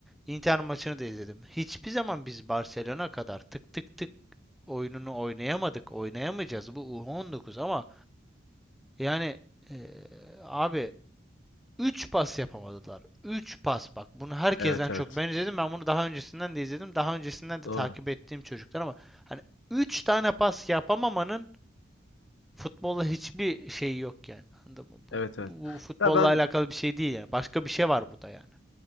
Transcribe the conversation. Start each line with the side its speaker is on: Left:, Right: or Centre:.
Centre: Inter maçını da izledim. Hiçbir zaman biz Barcelona kadar tık tık tık oyununu oynayamadık. Oynayamayacağız. Bu U19 ama yani eee, abi Üç pas yapamadılar. 3 pas bak. Bunu herkesten
Left: Evet
Centre: çok
Left: evet.
Centre: ben izledim. Ben bunu daha öncesinden de izledim. Daha öncesinden de
Left: Doğru.
Centre: takip ettiğim çocuklar ama hani üç tane pas yapamamanın futbolla hiçbir şeyi yok yani. Anladın mı? Bu,
Left: Evet
Centre: bu,
Left: evet.
Centre: bu futbolla
Left: Ya ben
Centre: alakalı bir şey değil yani. Başka bir şey var burada yani.